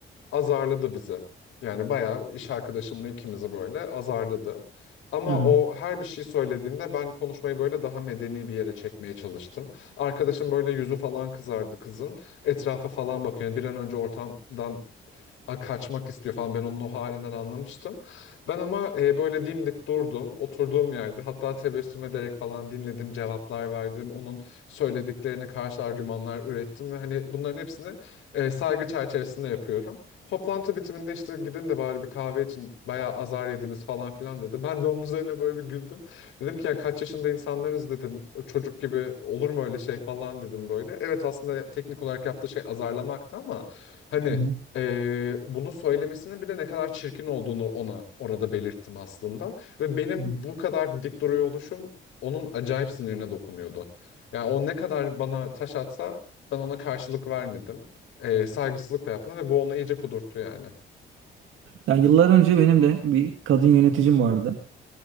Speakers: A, on the left; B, on the right.
A: azarladı bizi. Yani bayağı iş arkadaşımla ikimizi böyle azarladı. Ama
B: Hı hı.
A: o her bir şey söylediğinde ben konuşmayı böyle daha medeni bir yere çekmeye çalıştım. Arkadaşım böyle yüzü falan kızardı kızın. Etrafa falan bakıyor. Yani bir an önce ortamdan a, kaçmak istiyor falan. Ben onun o halinden anlamıştım. Ben ama e, böyle dimdik durdum. Oturduğum yerde hatta tebessüm ederek falan dinledim, cevaplar verdim. Onun söylediklerine karşı argümanlar ürettim ve hani bunların hepsini e, saygı çerçevesinde yapıyorum. Toplantı bitiminde işte gidin de bari bir kahve için bayağı azar yediniz falan filan dedi. Ben de onun üzerine böyle bir güldüm. Dedim ki ya kaç yaşında insanlarız dedim. Çocuk gibi olur mu öyle şey falan dedim böyle. Evet aslında teknik olarak yaptığı şey azarlamaktı ama hani
B: Hı
A: ee, bunu söylemesinin bile ne kadar çirkin olduğunu ona orada belirttim aslında. Ve benim
B: hı.
A: bu kadar dik duruyor oluşum onun acayip sinirine dokunuyordu. Yani o ne kadar bana taş atsa ben ona karşılık vermedim. Ee, saygısızlık da yapmadım ve bu onu iyice kudurttu yani.
B: Yani yıllar önce benim de bir kadın yöneticim vardı.